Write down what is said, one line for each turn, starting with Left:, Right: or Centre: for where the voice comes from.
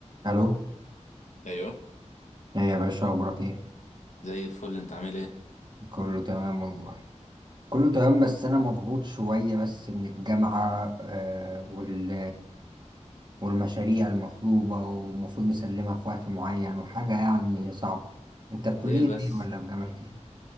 Right: الو
Left: ايوه
Right: ايه يا باشا اخبارك ايه
Left: زي الفل انت عامل ايه
Right: كله تمام والله كله تمام بس انا مضغوط شويه بس من الجامعه آه وال والمشاريع المطلوبه ومفروض نسلمها في وقت معين وحاجه يعني صعبه انت في
Left: ليه
Right: كليه
Left: بس
Right: ايه ولا في جامعه ايه